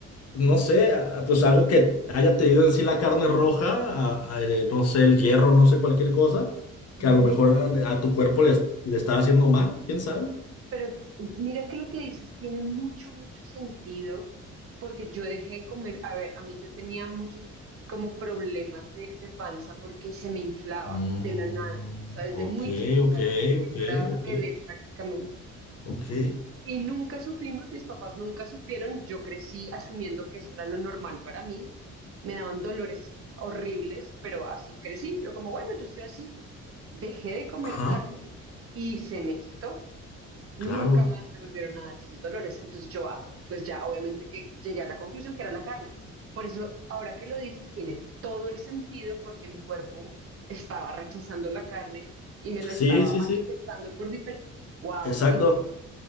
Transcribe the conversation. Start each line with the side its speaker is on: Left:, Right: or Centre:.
Left: no sé, ah, pues algo que haya tenido en sí la carne roja, ah, ah, eh, no sé, el hierro, no sé, cualquier cosa,
Right: Mm.
Left: que a lo mejor a, a tu cuerpo le, le estaba haciendo mal, ¿quién sabe?
Right: Pero mira que lo que dices tiene mucho, mucho sentido, porque yo dejé de comer, a ver, a mí yo tenía muchos como problemas de, de panza porque se me inflaba
Left: Mm,
Right: de la nada, o sea, desde
Left: ok,
Right: muy chiquita,
Left: ok,
Right: desde que
Left: ok,
Right: yo era
Left: ok,
Right: bebé prácticamente.
Left: ok.
Right: Y nunca supimos, mis papás nunca supieron, yo crecí asumiendo que eso era lo normal para mí, me daban dolores horribles, pero así crecí, yo como, bueno, yo soy así. Dejé de comer
Left: Ajá,
Right: carne y se me quitó. Nunca
Left: claro.
Right: más me volvieron a dar esos dolores. Entonces yo, ah, pues ya obviamente que llegué a la conclusión que era la carne. Por eso, ahora que lo dices, tiene todo el sentido porque mi cuerpo estaba rechazando la carne y me lo
Left: Sí,
Right: estaba
Left: sí,
Right: manifestando
Left: sí.
Right: por diferente. ¡Wow!
Left: Exacto.
Right: Increíble.